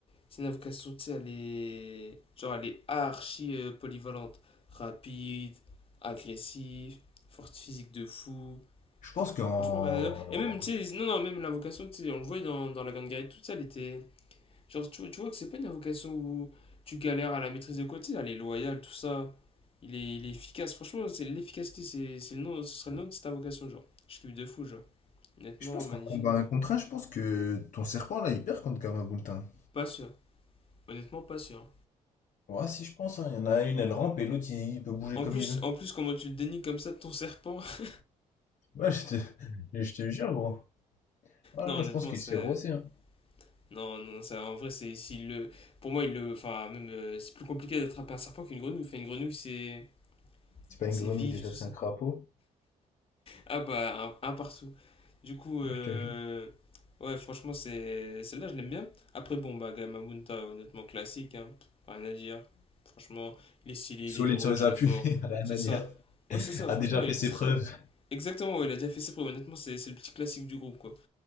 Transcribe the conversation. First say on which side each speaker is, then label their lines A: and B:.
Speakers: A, on the left; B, on the left.
A: c'est une avocat Souti, elle est. Genre, elle est archi euh, polyvalente. Rapide, agressive, forte physique de fou.
B: Je pense qu'en
A: Franchement, rien à dire. Et même, tu sais, non, non, même la vocation, tu sais, on le voit dans, dans la Grande Guerre et tout ça, elle était. Genre, tu, vois- tu vois que c'est pas une vocation où tu galères à la maîtrise de quoi, tu sais, elle est loyale, tout ça. Il est, il est efficace, franchement, c'est l'efficacité, c'est c'est le nom, ce serait le nom de cette invocation, genre. Je kiffe de fou, genre. Honnêtement,
B: je pense
A: magnifique.
B: qu'en combat un contre un, je pense que ton serpent là, il perd contre Gamabuntin.
A: Pas sûr. Honnêtement, pas sûr.
B: Ouais, si je pense, hein. Il y en a une, elle rampe et l'autre, il il peut bouger
A: En
B: comme
A: plus,
B: il veut.
A: en plus, comment tu le dénies comme ça de ton serpent? <laughs>
B: Ouais, je te, <laughs> je te jure, gros. Ah
A: Non,
B: non,
A: honnêtement,
B: je pense qu'il
A: c'est.
B: s'est rossé, hein.
A: Non, non, ça, en vrai, c'est. s'il le... Pour moi, il le. Enfin, même. euh, c'est plus compliqué d'attraper un serpent qu'une grenouille. Enfin, une grenouille, c'est.
B: C'est pas une
A: C'est
B: grenouille
A: vif,
B: déjà,
A: tout
B: c'est
A: ça.
B: un crapaud.
A: Ah, bah, un, un partout. Du coup,
B: Ouais,
A: euh,
B: je te jure.
A: Ouais, franchement, c'est. Celle-là, je l'aime bien. Après, bon, bah, Gamabunta, honnêtement, classique, hein. Rien à dire. Franchement, il est stylé,
B: Solide
A: il est drôle,
B: sur les
A: il
B: appuis,
A: est fort.
B: <laughs> rien
A: C'est
B: à
A: ça.
B: dire.
A: Ouais, c'est ça,
B: A
A: franchement,
B: déjà fait
A: il est
B: ses
A: très.
B: preuves.
A: Exactement, ouais, il a déjà fait ses preuves. Honnêtement, c'est c'est le petit classique du groupe, quoi.